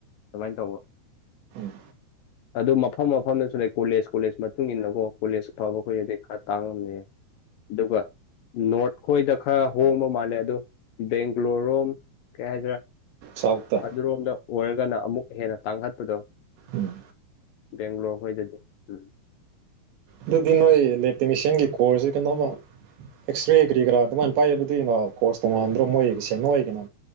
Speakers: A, on the left (about 70°); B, on the right (about 80°).
A: ꯑꯗꯨꯃꯥꯏꯅ ꯇꯧꯕ
B: ꯎ
A: ꯑꯗꯨ ꯃꯐꯝ ꯃꯐꯝꯗꯁꯨ ꯂꯩ ꯀꯣꯂꯦꯖ ꯀꯣꯂꯦꯖ ꯃꯇꯨꯡ ꯏꯟꯅꯀꯣ ꯀꯣꯂꯦꯖ ꯐꯕ ꯑꯩꯈꯣꯏꯗꯗꯤ ꯈꯔ ꯇꯥꯡꯉꯝꯃꯦꯌꯦ ꯑꯗꯨꯒꯗꯨ ꯅꯣꯔꯠ ꯈꯣꯏꯗ ꯈꯔ ꯍꯣꯡꯕ ꯃꯥꯜꯂꯦ ꯑꯗꯨ ꯕꯦꯡꯒ꯭ꯂꯣꯔꯣꯝ ꯀꯩ ꯍꯥꯏꯗ꯭ꯔꯥ
B: ꯁꯥꯎꯠꯇ
A: ꯑꯗꯨꯔꯣꯝꯗ ꯑꯣꯏꯔꯒꯅ ꯑꯃꯨꯛ ꯍꯦꯟꯅ ꯇꯥꯡꯈꯠꯄꯗꯣ
B: ꯎꯝ
A: ꯕꯦꯡꯒ꯭ꯂꯣꯔ ꯍꯗꯗꯤ ꯎꯝ
B: ꯑꯗꯨꯗꯤ ꯅꯣꯏ ꯏꯂꯦꯛꯇꯤꯅꯤꯁꯤꯌꯥꯟꯒꯤ ꯀꯣꯔꯁꯁꯦ ꯀꯩꯅꯣꯝꯃ ꯑꯦꯛꯁꯔꯦ ꯀꯔꯤ ꯀꯔꯥ ꯑꯗꯨꯃꯥꯏꯅ ꯄꯥꯏꯕꯗꯨꯃꯣ ꯀꯣꯔꯁ ꯇꯣꯡꯉꯥꯟꯗ꯭ꯔꯣ ꯃꯣꯏꯒꯤꯁꯦ ꯃꯣꯏꯒꯤꯅꯣ